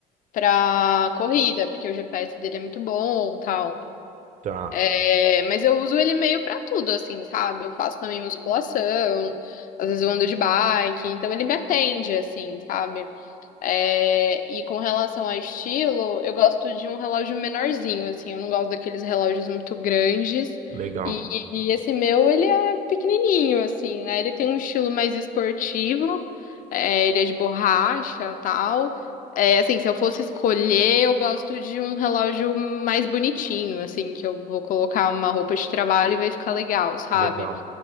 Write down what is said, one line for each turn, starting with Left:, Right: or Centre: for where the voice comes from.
Left: pra corrida, porque o GPS dele é muito bom, tal.
Right: Tá,
Left: É, mas eu uso ele meio pra tudo, assim, sabe? Eu faço também musculação, às vezes eu ando de bike, então ele me atende, assim, sabe? É, e com relação a estilo, eu gosto de um relógio menorzinho, assim, eu não gosto daqueles relógios muito grandes.
Right: legal,
Left: E, e esse meu, ele é pequenininho, assim, né? Ele tem um estilo mais esportivo, é, ele é de borracha, tal. É, assim, se eu fosse escolher, eu gosto de um relógio mais bonitinho, assim, que eu vou colocar uma roupa de trabalho e vai ficar legal, sabe?
Right: legal.